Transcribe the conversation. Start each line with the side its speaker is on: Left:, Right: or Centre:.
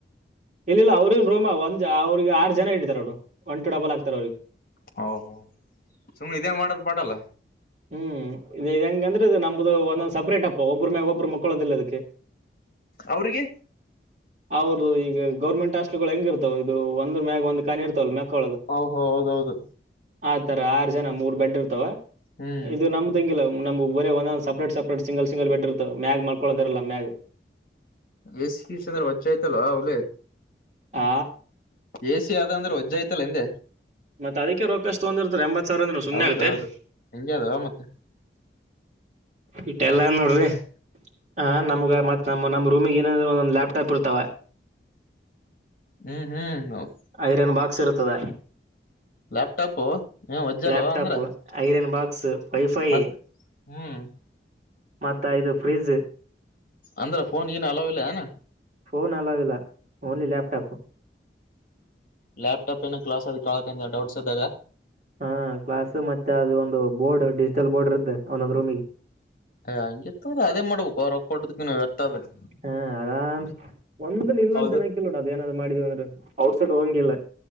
Right: ಇಲ್ಲ್ ಇಲ್ಲ ಅವ್ರೇ ಒಂದ್ ರೂಮ್ ಒಂದ್ ಅವ್ರಿಗೆ ಆರು ಜನ ಇದ್ದಾರೆ. ಅವರು ಒಂಟು ಡಬಲ್ ಆಗ್ತಾರೆ ಅವ್ರಿಗೆ.
Left: ಹಾ, ಹಾ ಸುಮ್ಮನೆ ಇದೇ ಮಾಡದು ಪಾಡಲ್ಲ.
Right: ಹ್ಮ್, ಇದ್ ಹೆಂಗ ಅಂದ್ರೆದು ನಮ್ಮ್ದು ಒಂದ ಸಪ್ರೇಟ್ ಅಪ್ಪ ಒಬ್ರ ಮೇಲೆ ಒಬ್ರು ಮುಕ್ಕಳೋದಿಲ್ಲ ಇದಕ್ಕೆ.
Left: ಅವ್ರಿಗಿ
Right: ಹೌದು ಈಗ ಗೌರ್ಮೆಂಟ್ ಹಾಸ್ಟಲ್ ಗಳು ಹೆಂಗ ಇರ್ತಾವ ಇದು ಒಂದ್ ಮ್ಯಾಗ ಒಂದು ಮ್ಯಾಗ್ ಕಾನಿ ಇರ್ತವಲ್ಲ ಮೆಕ್ಕ ಒಳಗ.
Left: ಓಹೋ, ಹೋ ಹೌದೌದು.
Right: ಆತರ ಆರು ಜನ ಮೂರ್ ಬೆಡ್ ಇರ್ತವ.
Left: ಹ್ಮ್
Right: ಇದು ನಮ್ದಂಗಿಲ್ಲ ನಮ್ ಬರೆ ಒಂದಂದು separate separate single single bed ಇರ್ತ್ತ ಮ್ಯಾಲ ಮಲ್ಕೋಳ್ಳದಿರಲ್ಲ ಮ್ಯಾಗ್.
Left: ಎ ಸಿ ಗಿ ಸಿ ಅಂದ್ರೇ ವಜ್ಜ ಆಯ್ತಲ್ಲೋ ಹುಲಿ..
Right: ಆ
Left: ಎ ಸಿ ಆದ ಅಂದ್ರೆ ವಜ್ಜ ಐತಲ್ಲ ಅಂದೆ.
Right: ಮತ್ ಅದಕ್ಕೆ ರೊಕ್ಕ ಅಷ್ಟೊಂದ್ ತಗೊಂಡು ಇರ್ತಾರೆ ಎಂಬತ್ ಸಾವಿರ ಅಂದ್ರೇ ಸುಮ್ನೆ
Left: ಹೌದೌದು
Right: ಆಗುತ್ತೇನ್.
Left: ಹೆಂಗೆ ಅದು ಮತ್ತೆ
Right: ಇಟೆಲ್ಲಾ ನೋಡ್ದೆ ಹ ನಮ್ಗ್ ಮತ್ ನಮ್ಮ ರೂಮಿಗೆ ಏನಾದ್ರು ಒಂದೊಂದು ಲ್ಯಾಪ್ಟಾಪ್ ಇರ್ತಾವ.
Left: ಹ್ಮ್ ಹ್ಮ್ ಹ್ಮ್.
Right: ಐರನ್ ಬಾಕ್ಸ್ ಇರ್ತದ.
Left: ಲಾಪ್ಟಾಪ್ ಏನ್ ವಜ್ಜಿ ಅಲ್ಲೋ
Right: ಲ್ಯಾಪ್ಟಾಪ್
Left: ಅಂದ್ರ.
Right: ಐರನ್ ಬಾಕ್ಸ್ ವೈಫೈ
Left: ಮತ್ ಹ್ಮ್
Right: ಮತ್ತ ಇದು ಫ್ರಿಜ್.
Left: ಅಂದ್ರ ಫೋನ್ ಗೀನ್ ಅಲೋ ಇಲ್ಲೆನ್.
Right: ಫೋನ್ ಅಲೋ ಇಲ್ಲ ಓನ್ಲಿ ಲ್ಯಾಪ್ಟಾಪ್.
Left: ಲಾಪ್ಟಾಪ್ ಏನೋ ಕ್ಲಸ್ ಅದು ಕ್ಲಾಸ್ ಕೇಳೋಕಂತ ಡೌಟ್ಸ್ ಇದ್ದಾಗ.
Right: ಹಾ ಕ್ಲಾಸ್ ಮತ್ತೆ ಅದು ಒಂದು ಬೋರ್ಡ್ ಡಿಜಿಟಲ್ ಬೋರ್ಡ್ ಇರುತ್ತೆ ಒಂದೊಂದು ರೂಮಿಗೆ.
Left: ಹಂಗಿತ್ತಂದ್ರಅದೇ ಮಾಡ್ಬೇಕು ಅದೇ ಮಾಡ್ಬೇಕೊ ರೋಕ್ಕ್ ಕೊಡದಕ್ಕಿನ ವ್ಯರ್ಥ ಬೇರೇ.
Right: ಹಾ ಆರಾಮ್ ಒಂದನ್ ಇಲ್ಲ
Left: ಹೌದು
Right: ಅಂತನ್ನ ಕಿಲ್ಲಾನೊಡು ಅದ್ ಏನಾದ್ ಮಾಡೀವಿ ಅಂದ್ರೇ ಔಟ್ಸೈಡ್ ಹೋಗಂಗಿಲ್ಲ.